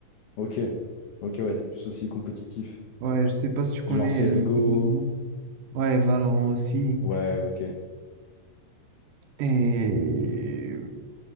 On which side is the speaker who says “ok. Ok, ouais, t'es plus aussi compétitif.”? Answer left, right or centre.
Left